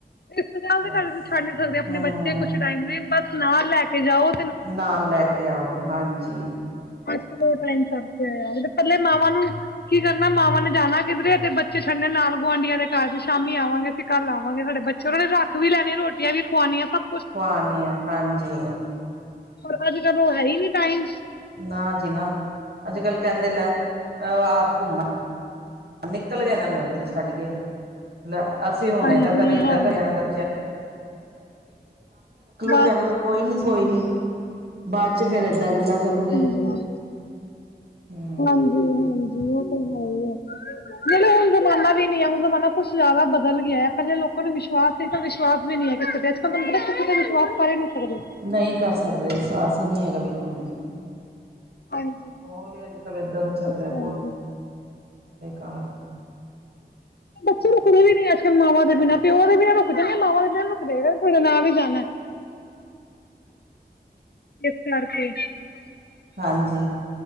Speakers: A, on the left; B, on the right.
A: ਰਿਸ਼ਤੇਦਾਰ ਦੇ
B: ਬਸ
A: ਘਰ ਛੱਡ ਨੀਂ ਸਕਦੇ ਆਪਨੇ
B: ਹੂੰ
A: ਬੱਚੇ ਕੁਛ ਟਾਈਮ ਲਈ, ਬਸ ਨਾਲ ਲੈ ਕੇ ਜਾਓ
B: ਨਾਲ ਲੈ ਕੇ ਆਓ, ਹਾਂਜੀ।
A: <unintelligible> ਆਏਆ ਸੀ ਤੇ ਪੱਲੇ ਮਾਵਾਂ ਨੂੰ ਕੀ ਕਰਨਾ ਮਾਵਾਂ ਨੇ ਜਾਨਾ ਕਿਧਰੇ ਤੇ ਬੱਚੇ ਛੱਡਨੇ ਨਾਲ ਗੁਆਂਡੀਆਂ ਦੇ। ਸ਼ਾਮੀ ਆਵਾਂਗੇ ਅਸੀਂ ਕੱਲ ਆਵਾਂਗੇ, ਸਾਡੇ ਬੱਚੇ ਓਨਾਂ ਨੇ ਰੱਖ ਵੀ ਲੈਨੇ ਰੋਟੀਆਂ ਵੀ ਖਵਾਨੀਆਂ ਸਬ
B: ਖਵਾਨੀਆਂ, ਹਾਂਜੀ।
A: ਪਰ ਅੱਜ- ਕੱਲ ਓ ਹੈ ਈ ਨੀ ਟਾਈਮ।
B: ਨਾ ਜੀ ਨਾ, ਅੱਜ-ਕੱਲ ਕੈਂਦੇ ਲੈ ਆਪ ਘੁੰਮ ਨਿਕਲ ਗਏ ਏਨਾਂ ਨੂੰ ਏਥੇ ਛੱਡ ਗਏ, ਲੈ ਅਸੀਂ ਹੁਨ
A: ਹਾਂਜੀ
B: ਏਦਾ ਕਰੀਏ ਓਦਾ
A: ਹਾਂਜੀ
B: ਕਰੀਏ। <unintelligible> ਉਪਰੋਂ
A: ਬਸ
B: ਕੇਹ ਦੋ ਗੇ, ਕੋਈ ਨੀ -ਕੋਈ ਨੀ ਬਾਦ ਚ ਫੇਰ ਏਦਾਂ ਗੱਲਾਂ ਕਰੂਗੇ।
A: ਹਮ
B: ਹਮ
A: ਹਾਂਜੀ -ਹਾਂਜੀ ਓ ਤੇ ਹੈ ਈ ਐ। ਨਈ-ਨਈ ਹੁਨ ਜਮਾਨਾ ਵੀ ਨੀਂ ਐ, ਹੁਨ ਜਮਾਨਾ ਕੁੱਛ ਜਾਦਾ ਬਦਲ ਗੇਐ, ਪੈਲੇ ਲੋਕਾਂ ਨੂੰ ਵਿਸ਼ਵਾਸ ਕਿਸੇ ਤੇ ਵਿਸ਼ਵਾਸ ਵੀ ਨੀਂ ਐ, <unintelligible> ਕਿਸੀ ਵਿਸ਼ਵਾਸ ਕਰ ਈ ਨੀਂ ਸਕਦੇ।
B: ਨਈ ਕਰ ਸਕਦੇ ਵਿਸਵਾਸ ਈ ਨੀਂ ਹੈਗਾ ਬਿਲਕੁਲ ਵੀ।
A: ਹਾਂਜੀ
B: ਮੋਹਲ ਈ ਅੱਜ -ਕੱਲ ਏਦਾਂ ਦਾ ਚੱਲ
A: ਇਸ ਕਰਕੇ
B: ਰੇਆ, ਬੌਤ ਬੇਕਾਰ
A: ਬੱਚੇ
B: ਹਾਂਜੀ
A: ਰੁਕਦੇ ਵੀ ਨੀ ਐ ਮਾਵਾਂ ਦੇ ਬਿਨਾਂ, ਪਿਓ ਦੇ ਬਿਨਾਂ ਰੁਕ ਜਾਂਦੇ। ਮਾਂਵਾ ਦੇ ਬਿਨਾਂ ਨੀਂ ਰੁਕਦੇ ਕੈਂਦੇ ਤੁਆਡੇ ਨਾਲ ਈ ਜਾਨਾ। ਏਸ ਕਰਕੇ
B: ਹਾਂਜੀ।